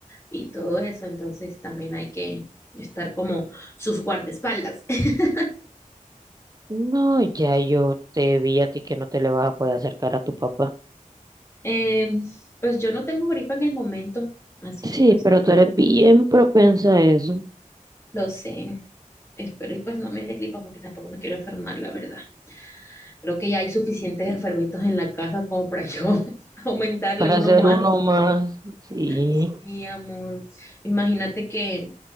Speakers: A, on the left; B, on the right.
A: y todo eso, entonces también hay que estar como sus guardaespaldas. <laughs>
B: No, ya yo te vi a ti que no te le vas a poder acercar a tu papá.
A: Eh, pues yo no tengo gripa en el momento, así
B: Sí,
A: que pues
B: pero
A: ah,
B: tú eres bien propensa a eso.
A: lo sé. Espero y pues no me dé gripa porque tampoco me quiero enfermar, la verdad. Creo que ya hay suficientes enfermitos en la casa como para yo <laughs> aumentarle
B: Para
A: uno
B: ser
A: más.
B: uno más. Sí,
A: Sí, amor. Imagínate que,